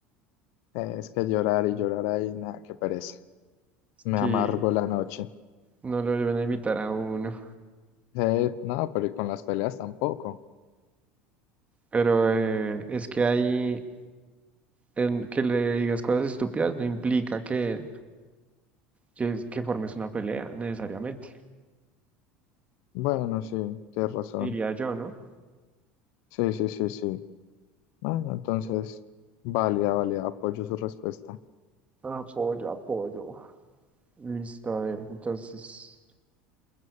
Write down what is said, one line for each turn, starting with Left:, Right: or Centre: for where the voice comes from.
Left: Eh, Es que llorar y llorar ahí, nada, qué pereza. Me
Right: Sí,
Left: amargo la noche.
Right: no lo deben invitar a uno.
Left: Eh, no, pero y con las peleas tampoco.
Right: Pero eh, es que ahí, en que le digas cosas estúpidas no implica que, que, que formes una pelea, necesariamente.
Left: Bueno, sí, tienes razón.
Right: Diría yo, ¿no?
Left: Sí, sí, sí, sí. Bueno, entonces, válida, válida, apoyo su respuesta.
Right: Apoyo, apoyo. Listo, a ver, entonces,